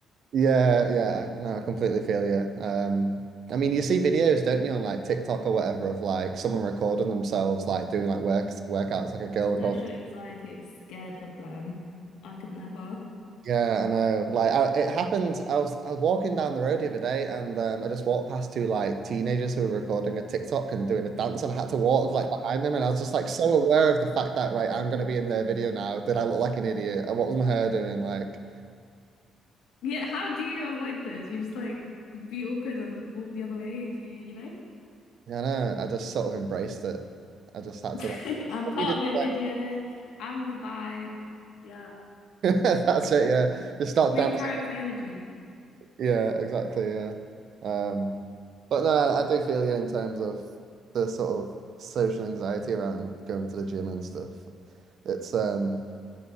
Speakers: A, on the right; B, on the left.
A: yeah yeah I- no I completely feel you um I mean you see videos don't you on like TikTok or whatever of like someone recording themselves like doing like works workouts like
B: <laughs>
A: a girl recording
B: Social anxiety is scared of them. I could never.
A: Yeah, I know. Like, I, it happened. I was I was walking down the road the other day, and um, I just walked past two like teenagers who were recording a TikTok and doing a dance, and I had to walk like behind them, and I was just like so aware of the fact that right, I'm gonna be in their video now. Did I look like an idiot? And What was my hair doing? Like,
B: Yeah, how do you avoid those? You just like be awkward and walk the other way? Do you, you know?
A: yeah, I know. I just sort of embraced it. I just had
B: <laughs>
A: to like,
B: I'm part
A: <laughs> to,
B: of your
A: like-
B: video. I'm the vibe. Yeah.
A: that's it. Yeah, just start
B: Main
A: dancing.
B: character energy.
A: Yeah, exactly. Yeah. Um, but no, I do feel you in terms of the sort of social anxiety around going to the gym and stuff. It's um